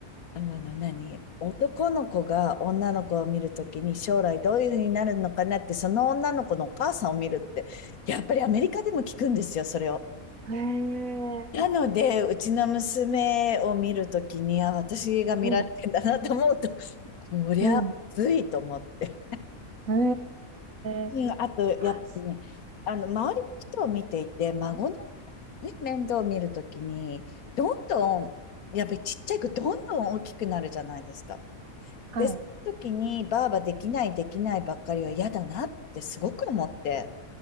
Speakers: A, on the left (about 80°); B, on the right (about 70°).
A: あの何、男の子が女の子を見るときに将来どういうふうになるのかなって、その女の子のお母さんを見るって、やっぱりアメリカでも聞くんですよ、それを。
B: へえ。
A: なので、うちの娘を見るときに、あ、私が見られてんだなと思うと、
B: うん、
A: こりゃついと思って。
B: うん。へえ。
A: うん、あと、
B: あ、
A: やっぱりね、あの、周りの人を見ていて、孫の、ね、面倒を見るときに、どんどん、やっぱりちっちゃい子、どんどん大きくなるじゃないですか。
B: はい。
A: で、その時に、ばあばできない、できないばっかりは嫌だなってすごく思って、